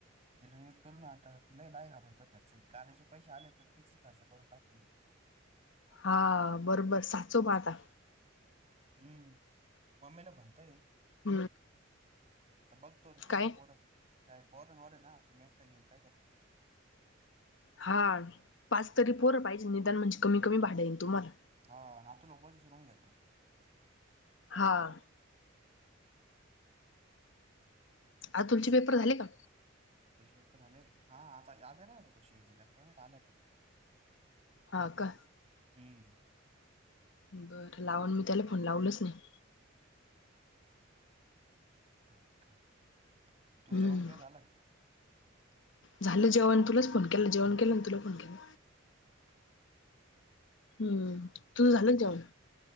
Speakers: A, on the right (about 30°); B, on the left (about 65°).
A: तिला नेट करून तिला बा एक हजार रुपये खर्च घदी चे पैसे आले तर तीच खर्च करून टाकूट, <unintelligible>
B: हा,, बरोबर साचव म आता,
A: हम्म, मम्मीला म्हणतोय,
B: हम्म,
A: तर बघतो तो, पोरं
B: काय
A: पोरं काय? पोरणं वार आय ना,, मी एकटं घेऊन काय कर,
B: हा पाच तरी पोरं पाहिजे, निदान म्हणजे कमी, कमी भाडांय येईल तुम्हाला..
A: हा नातू लोकवाचीच रूम घेतो
B: हां, आता तुमचे पेपर झाले का?
A: तुझे पेपर झाले,, हा आता आज आहे ना तो शेर्डीला, काय माहिती आता आला की नाही,
B: हां, का,
A: हम,
B: बरं,, लावा, मी त्याला फोन लावलच नाही.
A: हा, का, तूझ
B: हम्म.
A: जेवण पेवन झाला का?
B: झालं जेवण, न तुलाच फोन केला, जेवण केलं नं तुला फोन केला,
A: हा, का,
B: हम्म,, तूझ झालं ना जेवान,